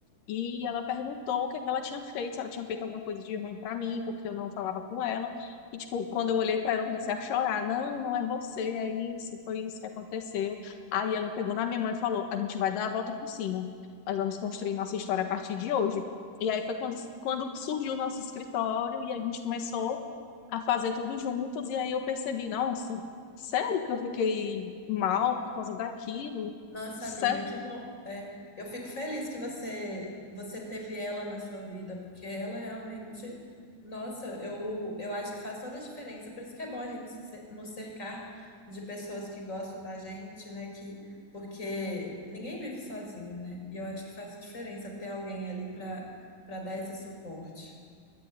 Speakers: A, on the left (about 85°); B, on the left (about 20°).
A: e ela perguntou o que é que ela tinha feito, se ela tinha feito alguma coisa de ruim pra mim, porque eu não falava com ela. E, tipo, quando eu olhei pra ela, eu comecei a chorar. Não, não é você, é isso, foi isso que aconteceu. Aí ela pegou na minha mão e falou: a gente vai dar a volta por cima, nós vamos construir nossa história a partir de hoje. E aí foi quando, quando surgiu o nosso escritório e a gente começou a fazer tudo juntos, e aí eu percebi, nossa, sério que eu fiquei mal por causa daquilo?
B: Nossa,
A: Sério?
B: amiga, que bom. É, eu fico feliz que você você teve ela na sua vida, porque ela realmente, nossa, eu, eu acho que faz toda a diferença. Por isso que é bom a gente se cer- nos cercar de pessoas que gostam da gente, né? Que, porque ninguém vive sozinho, né? E eu acho que faz diferença ter alguém ali para para dar esse suporte.